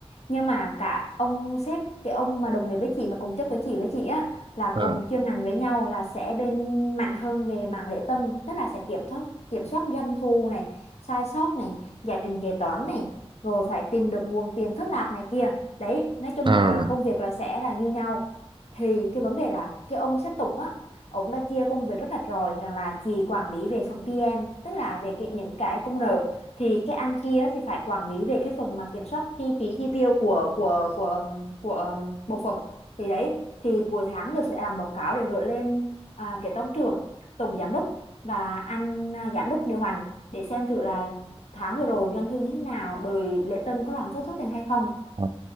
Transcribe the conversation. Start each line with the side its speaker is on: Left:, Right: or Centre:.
Left: nhưng mà cả ông sếp cái ông mà đồng nghiệp với chị mà cùng chức với chị với chị á là
Right: à,
Left: cùng chuyên ngành với nhau là sẽ bên mạnh hơn về mảng lễ tân tức là sẽ kiểm soát kiểm soát doanh thu này sai sót này giải trình kế toán này rồi phải tìm được nguồn tiền thất lạc này kia đấy nói chung
Right: à,
Left: là công việc là sẽ là như nhau thì cái vấn đề là cái ông sếp Tùng á ông đã chia công việc rất rạch ròi rằng là chị quản lý về phần PM tức là về cái, những cái công nợ thì cái anh kia thì phải quản lý về cái phần mà kiểm soát chi phí chi tiêu của của của của um, bộ phận thì đấy thì cuối tháng đều phải làm báo cáo để gửi lên à, kế toán trưởng tổng giám đốc và anh à, giám đốc điều hành để xem thử là tháng vừa rồi doanh thu như thế nào rồi lễ tân có làm thất thoát tiền hay không
Right: à,